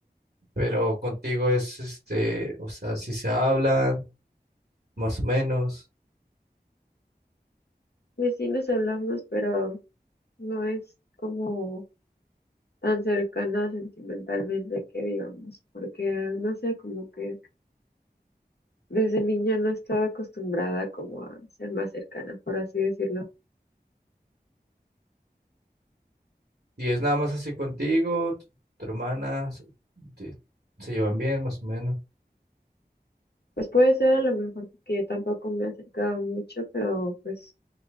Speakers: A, on the right (about 70°); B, on the left (about 70°).
A: pero contigo es este, o sea, si se hablan, más o menos,
B: Pues sí nos hablamos, pero no es como tan cercana sentimentalmente que digamos, porque no sé, como que desde niña no estaba acostumbrada como a ser más cercana, por así decirlo.
A: y es nada más así contigo, tu, tu hermana, s- te- se llevan bien, más o menos,
B: Pues puede ser a lo mejor porque yo tampoco me he acercado mucho, pero pues